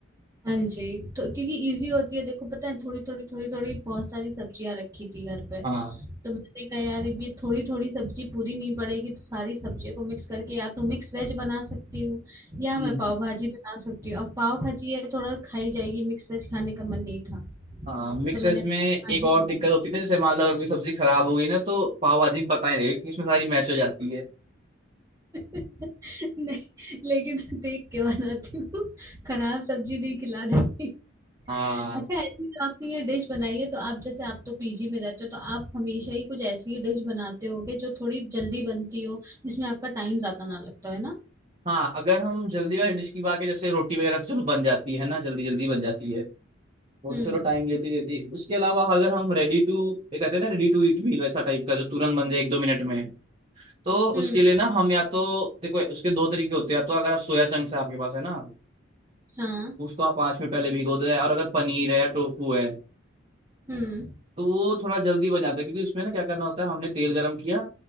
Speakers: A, on the right; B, on the right.
A: हाँ जी तो क्योंकि इजी होती है देखो पता है थोड़ी थोड़ी थोड़ी थोड़ी बहुत सारी सब्जियां रखी थी घर पे
B: हाँ
A: तो मैंने कहा यार ये थोड़ी थोड़ी सब्जी पूरी नहीं पड़ेगी तो सारी सब्जियों को मिक्स करके या तो मिक्स वेज बना सकती हूँ या
B: हम्म
A: मैं पाव भाजी बना सकती हूँ अब पाव भाजी ये थोड़ा खाई जाएगी मिक्स वेज खाने का मन नहीं था
B: हाँ मिक्स
A: तो मैंने
B: वेज में
A: पाव
B: एक
A: भाजी
B: और
A: बना
B: दिक्कत
A: ली।
B: होती है ना जैसे मान लो अगर कोई सब्जी खराब हो गई ना तो पाव भाजी में पता ही नहीं कि उसमें सारी मैश हो जाती है
A: नहीं लेकिन देख के बनाती हूँ खराब सब्जी नहीं खिला देती
B: हाँ
A: अच्छा ऐसी जो आपने ये डिश बनाई है तो आप जैसे आप तो पीजी में रहते हो तो आप हमेशा ही कुछ ऐसी ही डिश बनाते होगे जो थोड़ी जल्दी बनती हो जिसमें आपका टाइम ज्यादा ना लगता है ना
B: हाँ अगर हम जल्दी वाली डिश की बात करें जैसे रोटी वगैरह तो चलो बन जाती है ना जल्दी जल्दी बन जाती है वो
A: हम्म
B: तो चलो टाइम लेती रहती है उसके अलावा अगर हम रेडी टू ये कहते हैं ना रेडी टू ईट मील वैसा टाइप का जो तुरंत बन जाए एक दो मिनट में तो
A: हम्म
B: उसके लिए ना हम या तो देखो उसके दो तरीके होते हैं या तो अगर आप सोया चंक्स है आपके पास है ना
A: हाँ
B: उसको आप पाँच मिनट पहले भिगो दो और अगर पनीर है या टोफू है
A: हम्म
B: तो वो थोड़ा जल्दी बन जाता है क्योंकि उसमें ना क्या करना होता है हमने तेल गर्म किया